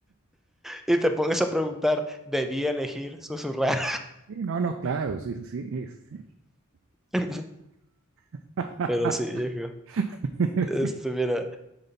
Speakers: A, in the centre; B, on the right.
A: Y te pones a preguntar, debí elegir susurrar.
B: Sí, no, no, claro, sí, sí, sí. sí.
A: <laughs>
B: Ah, <laughs>
A: Pero sí, viejo.
B: Sí,
A: Este, mira.